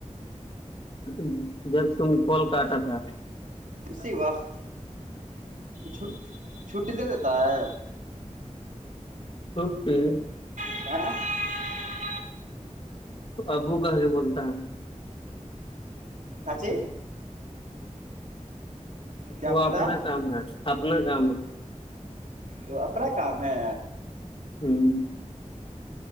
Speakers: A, on the left; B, on the right.
A: اچ جب تم کوال کاٹا تھا
B: اسی وقت تو چھٹی دے دیتا ہے
A: مے
B: <inaudible>
A: ابو کہ سے بولتا ہے
B: اچے کیا
A: وہ
B: بول
A: اپنا
B: رہا
A: کام ہے اپنا کام ہے
B: وہ اپنا کام ہے
A: ہوں